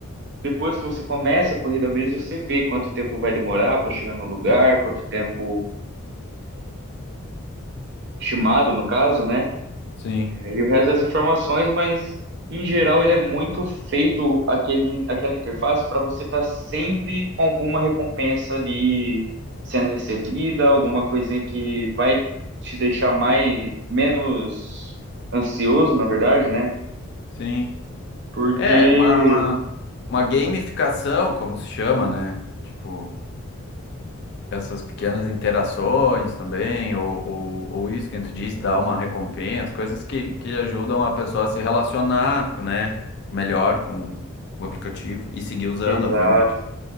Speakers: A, on the right; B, on the left.
A: Depois que você começa a corrida mesmo, você vê quanto tempo vai demorar para chegar no lugar, quanto tempo estimado, no caso, né?
B: Sim,
A: É, E o resto das informações, mas em geral ele é muito feito aquele, aquela interface para você estar sempre com alguma recompensa ali sendo recebida, alguma coisinha que vai te deixar mais menos ansioso, na verdade, né?
B: sim.
A: Porque
B: É, uma, uma, uma gamificação, como se chama, né? Tipo, essas pequenas interações também, ou, ou, ou isso que tu disse, dar uma recompensa, coisas que, que ajudam a pessoa a se relacionar, né? Melhor com o aplicativo e seguir usando,
A: exato,
B: obviamente.